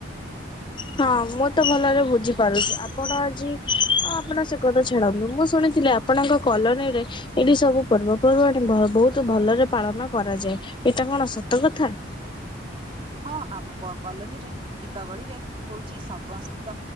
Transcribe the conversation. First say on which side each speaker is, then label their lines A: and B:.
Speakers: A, on the left (about 25°); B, on the right (about 30°).
A: ହଁ, ମୁଁ ତ ଭଲରେ ବୁଝିପାରୁଛି। ଆପଣ ଆଜି ଆପଣ ସେ କଥା ଛାଡନ୍ତୁ। ମୁଁ ଶୁଣିଥିଲି ଆପ ଆପଣଙ୍କ କଲୋନୀରେ ଏଇଠି ସବୁ ପର୍ବ ପର୍ବାଣି ବହୁତ ଭଲରେ ପାଳନ କରାଯାଏ। ଏଇଟା କଣ ସତ କଥା?
B: ହଁ, ଆମ କଲୋନୀ ରେ ଦୀପାବଳିରେ ହଉଛି ସମସ୍ତ